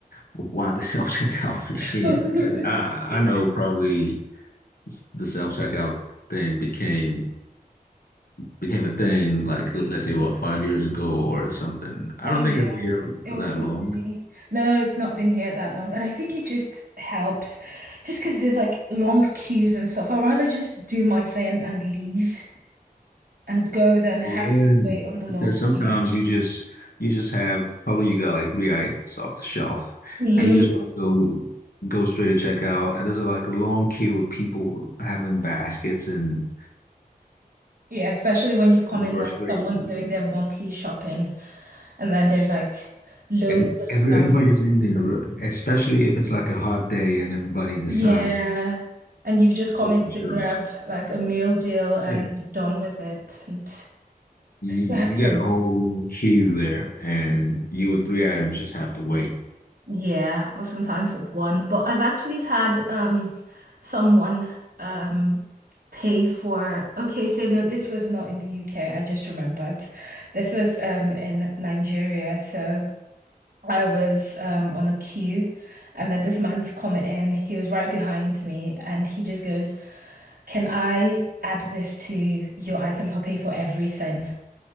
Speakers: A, on the left; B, on the right.
A: why the self-checkout <laughs> machine
B: <laughs>
A: because I I know probably the self-checkout thing became became a thing like let's say what five years ago or something. I
B: Oh
A: don't
B: yes,
A: think it's been here
B: it
A: for
B: wasn't
A: that long.
B: really. No, it's not been here that long, and I think it just helps, just because there's like long queues and stuff. I'd rather just do my thing and leave and go than have
A: Well, Yeah,
B: to wait on the long
A: because sometimes
B: queues.
A: you just you just have probably you got like three items off the shelf,
B: hmm
A: and you just want to go go straight to checkout, and there's like a long queue of people having baskets and
B: Yeah, especially when you've come
A: and
B: in
A: grocery
B: when someone's
A: and
B: doing their monthly shopping, and then there's like loads
A: and
B: of stuff.
A: every everybody's in there, especially if it's like a hot day and everybody decides
B: Yeah,
A: to
B: and you've just come
A: go to
B: in
A: the
B: to
A: shop.
B: grab like a meal deal and
A: Yeah,
B: be done with it, and
A: you
B: that's
A: you got
B: a lot.
A: a whole long queue there, and you with three items just have to wait.
B: Yeah, or sometimes one. But I've actually had um someone um pay for okay, so no, this was not in the UK. I just remembered. This was um in Nigeria. So I was um on a queue and then this man's coming in. He was right behind me and he just goes, "Can I add this to your items? I'll pay for everything."